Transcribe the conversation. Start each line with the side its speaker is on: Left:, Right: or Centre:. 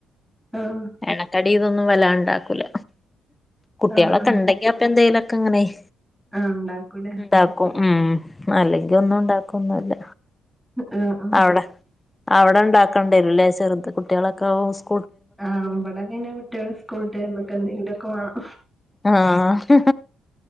Centre: ആഹ്
Left: എണ്ണക്കടി ഇതൊന്നും വെല്ലാണ്ടാക്കൂല കുട്ട്യാളൊക്കെണ്ടങ്കി
Centre: ആഹ് ആഹ്
Left: പ്പ എന്തെലൊക്കെങ്ങനെയ്
Centre: ആഹ് ഉണ്ടാക്കൂലേ
Left: ഇണ്ടാക്കും ഉം അല്ലെങ്കിഒന്നും ഉണ്ടാക്കൊന്നല്ല
Centre: ആ ആഹ്
Left: അവിടെ അവിടെ ഇണ്ടാക്കണ്ടരുല്ലേ ചെറുത് കുട്ടികളൊക്കെ അവു സ്
Centre: ആ ഇവടെ പിന്നെ കുട്ട്യാൾ സ്കൂൾട്ട് വരുബോന്തെങ്കിലൊക്കെ വാണം
Left: ആഹ്